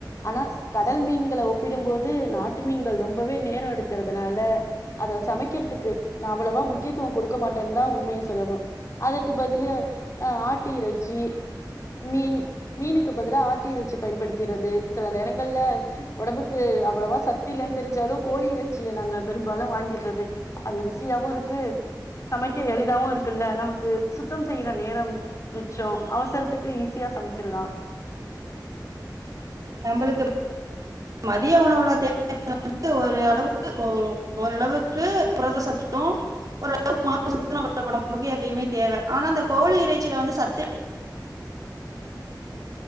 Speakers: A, on the left; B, on the right.
A: ஆனா கடல் மீன்கள ஒப்பிடும் போது நாட்டு மீன்கள் ரொம்பவே நேரொ எடுக்கறதுனால அத சமைக்கறதுக்கு நா அவ்ளோவா முக்கியத்துவம் கொடுக்க மாட்டேன்னு தா உண்மைய சொல்லணு அதுக்கு பதில் அ ஆட்டு இறைச்சி மீன் மீனுக்கு பதிலாக ஆட்டு இறச்சி பயன்படுத்திரது சில நேரங்கள்ல ஒடம்புக்கு அவ்ளோவா சத்தி இல்லன்னு தெரிஞ்சாலு கோழி இறைச்சிய நாங்க பெரும்பாலு வாங்கிர்றது அது ருசியாவு இருக்கு சமைக்க எளிதாவு இருக்குல்ல நமக்கு சுத்தம் செய்ற நேரம் மிச்சம் அவசரத்துக் கு ஈஸியா சமச்சிர்லாம்
B: நம்ளுக்கு மதிய உணவுல தேவை <inaudible> வந்து ஒரு அளவுக்கு ஓ ஓரளவு க்கு புரத சத்தும் ஓரளவு மாச <inaudible> உடம்புக்கு எப்பயுமே தேவை ஆனா அந்த கோழி இறைச்சியில வந்து சத்து